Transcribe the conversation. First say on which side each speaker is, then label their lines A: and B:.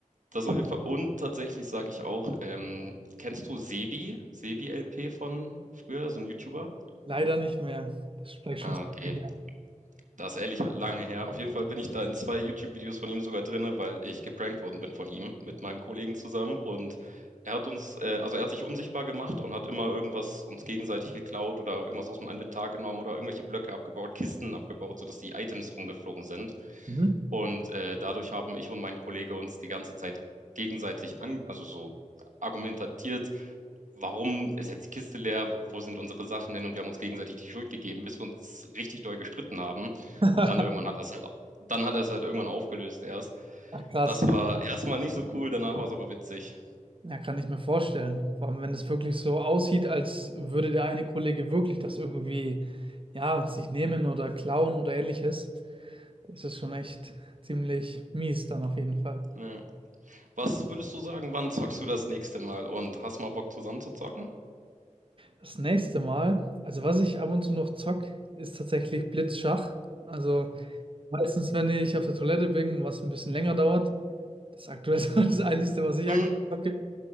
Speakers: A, on the right (about 75°); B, on the right (about 45°).
A: das auf jeden Fall. Und tatsächlich sage ich auch, ähm, kennst du Sebi? Sebi LP von früher, so ein YouTuber?
B: Leider nicht mehr. Das ist vielleicht
A: Ah,
B: schon zu
A: okay.
B: lange her.
A: Das ist ehrlich lange her. Auf jeden Fall bin ich da in zwei YouTube-Videos von ihm sogar drinne, weil ich geprankt worden bin von ihm mit meinem Kollegen zusammen. Und er hat uns, äh, also er hat sich unsichtbar gemacht und hat immer irgendwas uns gegenseitig geklaut oder irgendwas aus dem Inventar genommen oder irgendwelche Blöcke abgebaut, Kisten abgebaut, sodass die Items rumgeflogen sind.
B: Mhm.
A: Und äh, dadurch haben ich und mein Kollege uns die ganze Zeit gegenseitig an, also so argumentiert, warum ist jetzt die Kiste leer, wo, wo sind unsere Sachen hin? Und wir haben uns gegenseitig die Schuld gegeben, bis wir uns richtig doll gestritten haben.
B: <laughs>
A: Und dann irgendwann hat das halt, dann hat er es halt irgendwann aufgelöst erst.
B: Ach krass.
A: Das war erstmal nicht so cool, danach war es aber witzig.
B: Ja, kann ich mir vorstellen. Vor allem, wenn es wirklich so aussieht, als würde der eine Kollege wirklich das irgendwie, ja, sich nehmen oder klauen oder ähnliches. Das ist schon echt ziemlich mies dann auf jeden Fall.
A: Ja. Was würdest du sagen, wann zockst du das nächste Mal und hast mal Bock zusammen zu zocken?
B: Das nächste Mal, also was ich ab und zu noch zock, ist tatsächlich Blitzschach. Also meistens, wenn ich auf der Toilette bin und was ein bisschen länger dauert, das ist aktuell <laughs> so das Einzige, was ich
A: Hm,
B: aktuell zocke.